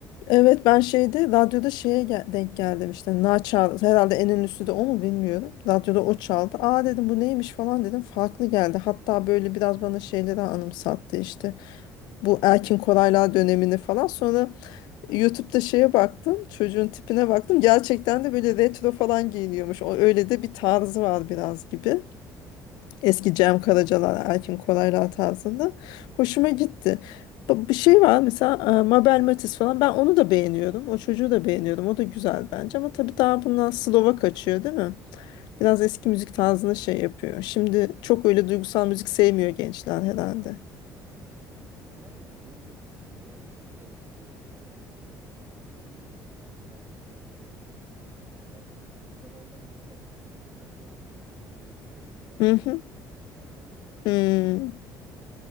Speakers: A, on the left; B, on the right.
A: Evet ben şeyde radyoda şeye gel- denk geldim işte na çal herhalde en ünlüsü de o mu bilmiyorum. Radyoda o çaldı. Aa dedim bu neymiş falan dedim. Farklı geldi. Hatta böyle biraz bana şeyleri anımsattı işte. Bu Erkin Koraylar dönemini falan. Sonra YouTube'da şeye baktım, çocuğun tipine baktım. Gerçekten de böyle retro falan giyiniyormuş. O öyle de bir tarzı var biraz gibi. Eski Cem Karacalar, Erkin Koraylar tarzında. Hoşuma gitti. Bu- Bir şey var mesela e, Mabel Matiz falan. Ben onu da beğeniyorum. O çocuğu da beğeniyorum. O da güzel bence. Ama tabii daha bundan Slova kaçıyor değil mi? Biraz eski müzik tarzına
B: Yani
A: şey yapıyor. Şimdi çok öyle duygusal müzik sevmiyor gençler herhalde.
B: Yani yeni nesil birazcık daha evet o tarzlara bence de uzak. Ama ben ne bileyim ben birazcık daha böyle nasıl diyeyim mesela arabayla böyle sabahları genelde slow müzik dinlemeyi severim. Mesela
A: Hı
B: Sezen
A: hı.
B: Aksu, Sertab Erener,
A: Hmm.
B: işte Ebru